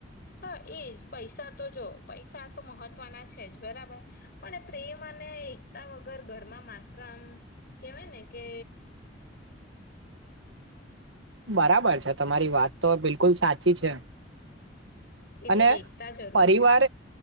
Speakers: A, on the left; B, on the right.
A: હા એજ પૈસા તો જો પૈસા તો મહત્વના છે. જ બરાબર પણ પ્રેમ અને એકતા વગર ઘરમામાત્ર આમ કેહેવાય ને કે
B: બરાબર છે. તમારી વાત તો બિલકુલ સાચી છે.
A: એટલે
B: અને
A: એકતા જરૂરી
B: પરિવાર
A: છે.